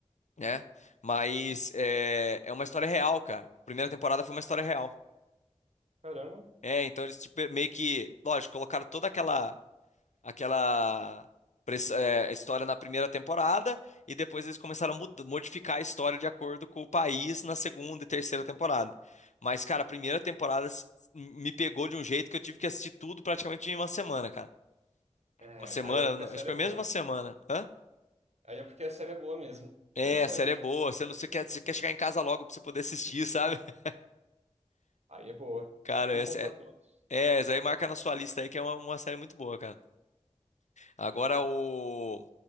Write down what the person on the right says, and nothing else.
Caramba.
É,
aí é porque a série
é boa.
Aí é porque a série é boa mesmo.
Interessante.
Aí é boa.
Um
contra
todos.